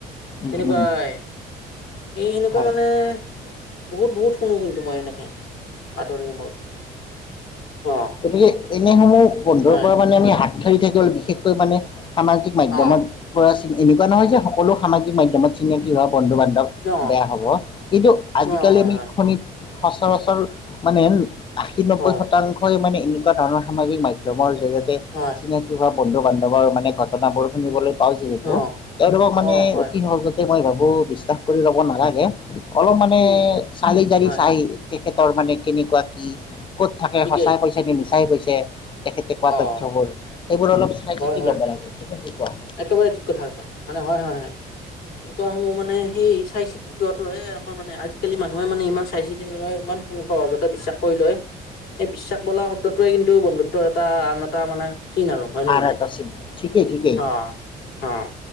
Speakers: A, on the left (about 30°); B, on the left (about 75°).
A: উম
B: সেনেকুৱাই
A: উম
B: এই সেনেকুৱা
A: হয়
B: মানে বহুত বহুত শুনো কিন্তু তোমাৰ এনেকে বাতৰি সময়ত। অ
A: গতিকে এনেসমূহ বন্ধৰ
B: হয়
A: পৰা মানে আমি হাত সাৰি থাকি হ'ল বিশেষকৈ মানে সামাজিক মাধ্যমৰ
B: অ
A: পৰা এনেকুৱা নহয় যে সকলো সামাজিক মাধ্যমত চিনাকি হক বন্ধু বান্ধৱ
B: অ
A: বেয়া হ'ব, কিন্তু আজিকালি
B: অ হয়
A: আমি
B: হয়
A: খনিত সচৰাচৰ মানে আশী নব্বৈ
B: হয়
A: শতাংশই মানে এনেকুৱা ধৰণৰ সামাজিক মাধ্যয়মৰ জৰিয়তে
B: হয়
A: চিনাকি হোৱা বন্ধু বান্ধৱৰ মানে ঘটনাবোৰ শুনিবলৈ পাওঁ যিহেতু,
B: অ
A: তেওঁলোকক মানে
B: অ হয়
A: অতি
B: হয়
A: সহজতে মই ভাবো বিশ্বাস কৰি ল'ব নালাগে। অলপ মানে
B: উম
A: চালি জাৰি
B: হয়
A: চাই তেখেতৰ মানে কেনেকুৱা কি ক'ত থাকে
B: ঠিকেই
A: সচ মিছাই কৈছে তেখেতে কোৱা তথ্যবোৰ
B: অ
A: সেইবোৰ অলপ চাই
B: হয়
A: চিতি
B: হয়
A: লব লাগে। কি কোৱা
B: একেবাৰে ঠিক কথা কৈছা মানে হয় হয় হয়। এনেকুৱা সমূহ মানে সেই চাই চিতি লোৱাটোহে আমাৰ মানে আজিকালিমানুহে মানে ইমান চাই চিতি নলয় ইমান সু সহজতে বিশ্বাস কৰি লয়। সেই বিশ্বাস বলা শব্দটোৱে কিন্তু বন্ধুত্বৰ এটা আন এটা মানে চিন আৰু হয় নে
A: আৰাটাছিল
B: নহয়
A: ঠিকে ঠিকে।
B: অ অ।